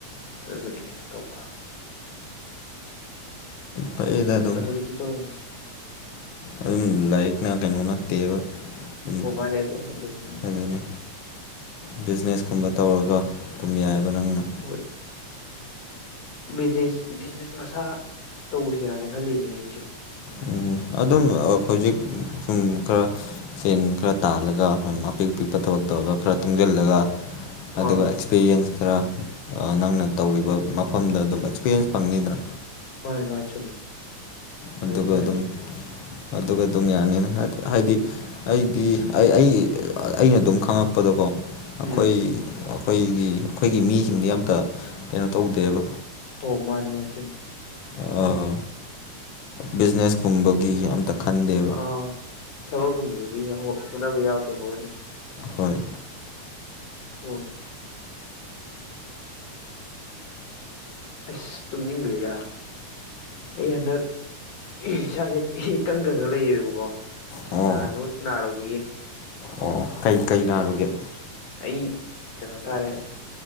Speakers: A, on the left; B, on the left.
A: ꯑꯗꯨꯗꯨꯒꯤ ꯀꯩꯅꯣ ꯇꯧꯕ
B: ꯐꯩꯗ ꯑꯗꯨꯝ
A: ꯑꯗꯨꯗꯒꯤ ꯇꯧꯋꯤꯅꯦ
B: ꯑꯗꯨꯝ ꯂꯥꯏꯔꯤꯛꯅ ꯀꯩꯅꯣ ꯅꯠꯇꯦꯕ ꯎꯝ
A: ꯑꯣ ꯃꯥꯅꯦ ꯑꯗꯨ ꯑꯗꯨꯅꯤ
B: ꯑꯗꯨꯅꯦ ꯕꯤꯖꯤꯅꯦꯁꯀꯨꯝꯕ ꯇꯧꯔꯒ ꯑꯗꯨꯝ ꯌꯥꯏꯑꯦꯕ ꯅꯪꯅ
A: ꯍꯣꯏ ꯕꯤꯖꯤꯁ ꯕꯤꯖꯤꯅꯦꯁ ꯃꯁꯥ ꯇꯧꯁꯤꯔꯅ ꯈꯜꯂꯤꯅꯦ ꯑꯩꯁꯨ
B: ꯎꯝ ꯑꯗꯨꯝ ꯍꯧꯖꯤꯛ ꯁꯨꯝ ꯈꯔ ꯁꯦꯟ ꯈꯔ ꯇꯥꯜꯂꯒ ꯑꯄꯤꯛ ꯑꯄꯤꯛꯄ ꯊꯕꯛ ꯇꯧꯔꯒ ꯈꯔ ꯇꯨꯡꯖꯜꯂꯒ ꯑꯗꯨꯒ
A: ꯑꯥ
B: ꯑꯦꯛꯁꯄꯤꯔꯤꯌꯦꯟꯁ ꯈꯔ ꯅꯪꯅ ꯇꯧꯔꯤꯕ ꯃꯐꯝꯗ ꯑꯗꯨꯝ ꯑꯦꯛꯁꯄꯤꯔꯤꯟꯁ ꯐꯪꯅꯤꯗꯅ
A: ꯃꯥꯅꯦ ꯃꯥꯥ ꯆꯨꯝꯃꯦ
B: ꯑꯗꯨꯒ
A: ꯑꯗꯨꯅꯤ ꯍꯥꯏꯁꯦ
B: ꯑꯗꯨꯝ ꯑꯗꯨꯒ ꯑꯗꯨꯝ ꯌꯥꯅꯤꯅ ꯍꯥꯏꯗꯤ ꯑꯩꯗꯤ ꯑꯩ ꯑꯩ ꯑꯩꯅ ꯑꯗꯨꯝ ꯈꯪꯉꯛꯄꯗꯀꯣ ꯑꯈꯣꯏ
A: ꯎꯝ
B: ꯑꯈꯣꯏꯒꯤ ꯑꯈꯣꯏꯒꯤ ꯃꯤꯁꯤꯡꯗꯤ ꯑꯝ ꯀꯩꯅꯣ ꯇꯧꯗꯦꯕ
A: ꯍꯣ ꯃꯥꯅꯦ ꯃꯥꯅꯦ ꯆꯨꯝꯃꯦ
B: ꯑꯥ... ꯕꯤꯖꯤꯅꯦꯁ ꯀꯨꯝꯕꯒꯤ ꯑꯝꯇ ꯈꯟꯗꯦꯕ
A: ꯑ ꯊꯕꯛꯀꯨꯝꯕꯗꯨꯗꯤ ꯍꯣꯠꯅꯕ ꯌꯥꯎꯔꯕ <unintelligible>
B: ꯑꯍꯣꯏ
A: <unintelligible> ꯑꯁ ꯇꯨꯝꯅꯤꯡꯒ꯭ꯔꯦꯗ ꯑꯩ ꯍꯟꯗꯛ ꯏꯁꯥꯖꯦ ꯏꯀꯪ ꯀꯪꯉ ꯂꯩꯦꯕꯀꯣ
B: ꯑꯣ
A: ꯅꯍꯥꯟꯃꯨꯛ ꯅꯥꯔꯨꯕꯒꯤ
B: ꯑꯣ ꯀꯩ ꯀꯩ ꯅꯥꯔꯨꯒꯦ
A: ꯑꯗꯨꯒꯤ ꯑꯩ ꯀꯩꯅꯣ ꯇꯥꯔꯦ